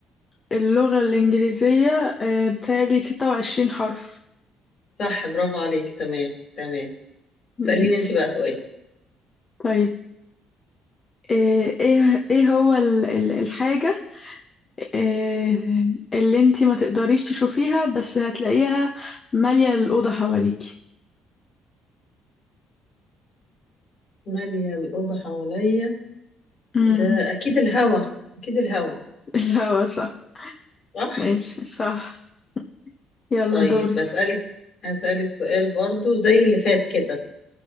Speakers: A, on the left; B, on the left.
A: اللغة الإنجليزية آه، بتهيألي ستة وعشرين حرف
B: صح برافو عليك تمام تمام
A: ماشي
B: اسأليني انت بقى سؤال
A: طيب آه، ايه ايه هو ال- ال- الحاجة آه، اللي انتي ما تقدريش تشوفيها بس هتلاقيها مالية الأوضة حواليكي
B: مالية الأوضة حواليا
A: امم
B: ده
A: <laughs>
B: أكيد الهوا أكيد الهوا
A: الهوا صح
B: صح؟
A: ماشي صح يلا
B: طيب
A: دورك
B: بسألك أسألك سؤال برضو زي اللي فات كده